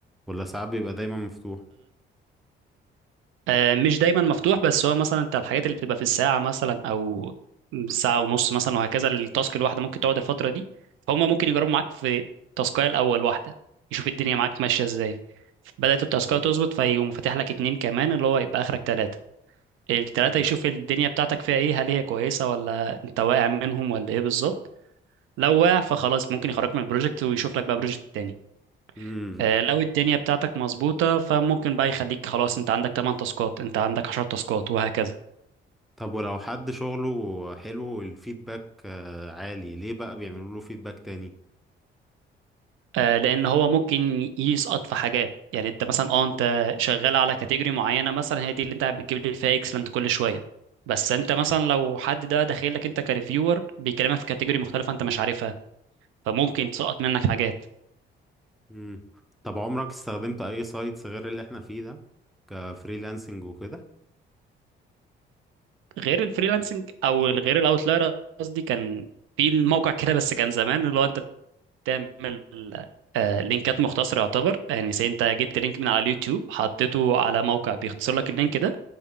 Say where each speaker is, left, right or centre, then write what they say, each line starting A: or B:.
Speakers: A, in the centre; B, on the right.
A: ولا ساعات بيبقى دايما مفتوح
B: آه، مش دايما مفتوح بس هو مثلا انت الحاجات اللي بتبقى في الساعة مثلا او ساعة ونص مثلا وهكذا التاسك الواحدة ممكن تقعد الفترة دي فهم ممكن يجربوا معاك في تاسكاية الأول واحدة يشوف الدنيا معاك ماشية ازاي بدأت التاسكاية تظبط فيقوم فاتح لك اتنين كمان اللي هو يبقى آخرك تلاتة التلاتة
A: امم
B: يشوف الدنيا بتاعتك فيها ايه هل هي كويسة ولا انت واقع منهم ولا ايه بالظبط لو واقع فخلاص ممكن يخرجك من البروجكت ويشوف لك بقى بروجكت تاني
A: امم
B: آه، لو الدنيا بتاعتك مظبوطة فممكن بقى يخليك خلاص انت عندك 8 تاسكات انت عندك 10 تاسكات وهكذا
A: طب ولو حد شغله حلو والفيدباك آه، عالي ليه بقى بيعملوا له فيدباك تاني
B: آه، لان هو ممكن يسقط في حاجات يعني انت مثلا اه انت شغال على كاتيجوري معينة مثلا هي دي اللي انت بتجيب لي فيها اكسلنت كل شوية بس انت مثلا لو حد ده داخل لك انت كريفيور بيكلمك في كاتيجوري مختلفة انت مش عارفها فممكن تسقط منك حاجات
A: مم. طب عمرك استخدمت اي سايتس غير اللي احنا فيه ده كفريلانسنج وكده
B: غير الفريلانسنج او غير الاوتلاير قصدي كان في الموقع كده بس كان زمان اللي هو انت تعمل آه، لينكات مختصرة يعتبر يعني زي انت جبت لينك من على اليوتيوب حطيته على موقع بيختصر لك اللينك ده